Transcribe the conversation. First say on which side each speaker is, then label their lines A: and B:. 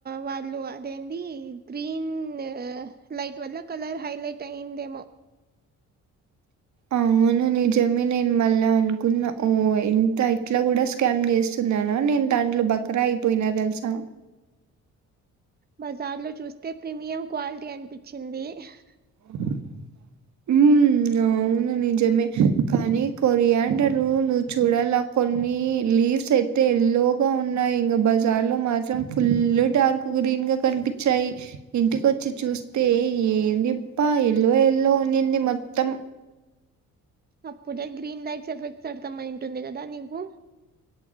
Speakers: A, on the right (about 30°); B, on the right (about 70°).
A: వాళ్ళు అదేంది గ్రీన్ లైట్ వల్ల కలర్ హైలైట్ అయిందేమో
B: అవును నీజమే నేను మళ్ళా అనుకున్నా ఓ ఇంత ఇట్లా గూడా స్కామ్ చేస్తున్నానా నేను దాంట్లో బకరా అయిపోయినా తెలుసా
A: బజార్ లో చూస్తే ప్రీమియం క్వాలిటీ అనిపించింది హ
B: <unintelligible> ఉ అవును నిజమే కానీ కొరియాడర్ నువ్వు చూడాల కొన్ని లీవ్స్ అయితే ఎల్లోగా ఉన్నాయి ఇంగ బజార్ లో మాత్రం ఫుల్ డార్క్ గ్రీన్ గా కనిపించాయి ఇంటికోచ్చి చూస్తే ఏందిప్ప ఎల్లో ఎల్లో ఉన్నిండింది మొత్తం
A: అప్పుడే గ్రీన్ లైట్స్ ఎఫెక్ట్స్ అర్ధమైటుంది గదా నీవు